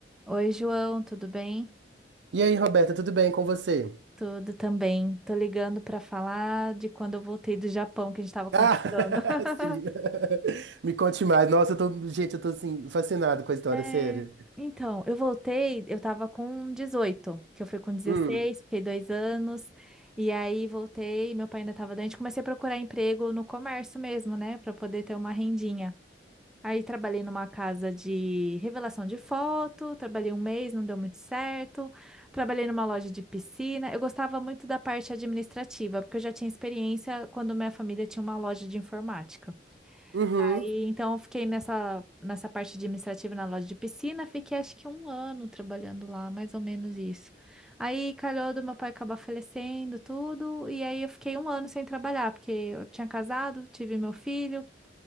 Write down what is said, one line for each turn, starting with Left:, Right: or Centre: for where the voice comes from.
Centre: Oi, João, tudo bem?
Right: E aí, Roberta, tudo bem com você?
Centre: Tudo também. Tô ligando para falar de quando eu voltei do Japão que a gente estava conversando.
Right: Ah,
Centre: <laughs>
Right: <laughs> sim. Me conte mais. Nossa, eu tô, gente, eu tô assim, fascinado com a história,
Centre: É,
Right: sério.
Centre: Então, eu voltei, eu tava com 18, que eu fui com 16,
Right: Hum,
Centre: fiquei dois anos, e aí voltei, meu pai ainda tava doente, comecei a procurar emprego no comércio mesmo, né, para poder ter uma rendinha. Aí trabalhei numa casa de revelação de foto, trabalhei um mês, não deu muito certo. Trabalhei numa loja de piscina. Eu gostava muito da parte administrativa, porque eu já tinha experiência quando minha família tinha uma loja de informática.
Right: uhum.
Centre: Aí, então eu fiquei nessa, nessa parte administrativa na loja de piscina, fiquei acho que um ano trabalhando lá, mais ou menos isso. Aí calhou do meu pai acabar falecendo, tudo, e aí eu fiquei um ano sem trabalhar, porque eu tinha casado, tive meu filho.